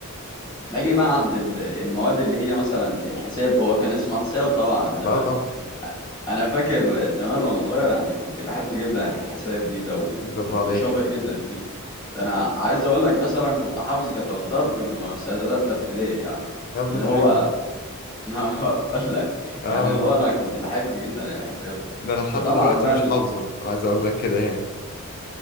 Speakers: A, on the left (about 20°); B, on the left (about 45°).
A: نجي بقى عند ال- المواد اللي هي مثلا الحساب هو كان اسمه حساب طبعا زمان
B: بقى طبعا
A: انا فاكر زمان وانا صغير يعني كنت بحب جدا الحساب دي ده و- وكنت
B: برافو عليك
A: شاطر جدا فيه ده انا عايز اقول لك مثلا كنت حافظ جدول الضرب من وانا في سنه ثالثه ابتدائي يعني
B: يا ابن
A: اللي
B: اللعيبة
A: هو <laughs> انا هقول لك
B: آه
A: يعني اللي هو انا كنت بحب جدا الحساب
B: ده أنا لحد
A: وطبعا
B: دلوقتي
A: بقى
B: مش
A: ال-
B: حافظه أنا عايز أقول لك كده يعني